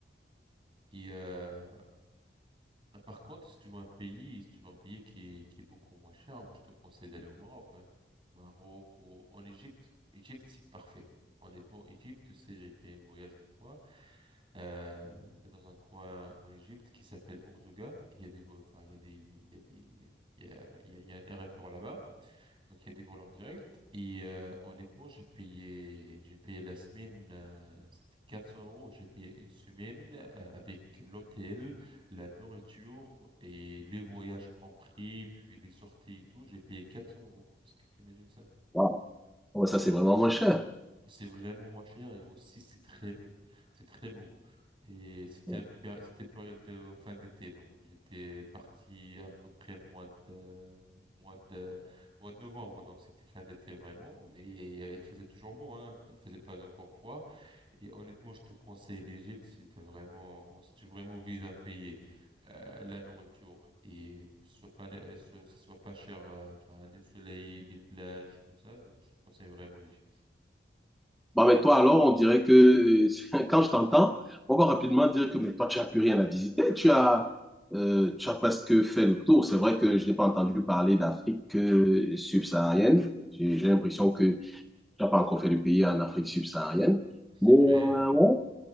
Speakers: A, on the right; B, in the centre.
A: Et euh, par contre, si tu veux un pays, si tu veux un pays qui, est- qui est beaucoup moins cher, moi je te conseille d'aller au Maroc. Hein. Maroc ou en Égypte. Égypte, c'est parfait. Honnêtement, Égypte, tu sais, j'ai fait un voyage une fois euh, dans un coin en Égypte qui s'appelle Ourduga. Il y a des, vo- enfin, il y a des, il y a des, il y a, il y a, il y a un aéroport là-bas. Donc il y a des volants directs. Et euh, honnêtement, j'ai payé, j'ai payé la semaine, euh, c'était 400 euros. J'ai payé une semaine euh, avec l'hôtel, la nourriture et les voyages compris, puis les sorties et tout. J'ai payé 400 euros. Est-ce que tu imagines ça?
B: Waouh. Ouais, ça, c'est vraiment moins cher.
A: C'est vraiment moins cher et aussi c'est très beau. C'est très beau. Et c'était
B: Ouais.
A: un péri- c'était une période de fin d'été, donc j'étais parti à peu près mois de mois de mois de novembre, donc c'était fin d'été vraiment. Mais euh, il faisait toujours beau, hein. Il faisait pas encore froid. Et honnêtement, je te conseille l'Égypte si t'as vraiment si tu vraiment vises un pays, euh, la nourriture et que ce soit pas euh, ce- ça soit pas cher, euh, enfin le soleil, les plages, tout ça. Donc je te conseille vraiment l'Égypte.
B: Bon, mais toi, alors, on dirait que euh, <laughs> quand je t'entends, on va rapidement dire que mais toi, tu n'as plus rien à visiter. Tu as, euh, tu as presque fait le tour. C'est vrai que je n'ai pas entendu parler d'Afrique euh, subsaharienne. J'ai j'ai l'impression que tu n'as pas encore fait le pays en Afrique subsaharienne.
A: C'est
B: Mais,
A: vrai.
B: euh, ouais,